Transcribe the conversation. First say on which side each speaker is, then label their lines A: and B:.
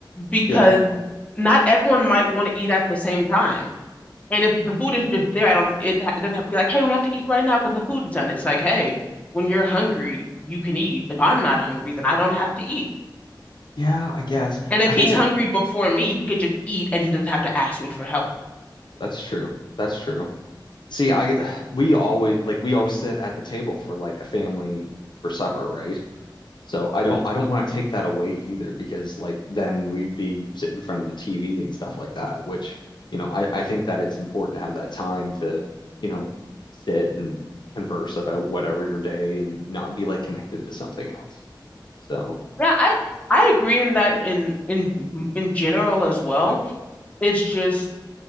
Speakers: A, on the left; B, on the left.
A: because
B: Yeah.
A: not everyone might want to eat at the same time. And if the food is just there, I don't, it, ha- it doesn't have to be like, hey, we have to eat right now because the food is done. It's like, hey, when you're hungry, you can eat. If I'm not hungry, then I don't have to eat.
B: Yeah, I guess.
A: And if
B: I gotta,
A: he's hungry before me, he could just eat and he doesn't have to ask me for help.
B: that's true. That's true. See, I, we always, like, we always sit at the table for like a family for supper, right? So I don't I don't want to take that away either because like then we'd be sitting in front of the TV and stuff like that, which, you know, I, I think that it's important to have that time to, you know, sit and converse about whatever your day and not be like connected to something else. So
A: Yeah, I I agree in that in in in general as well. It's just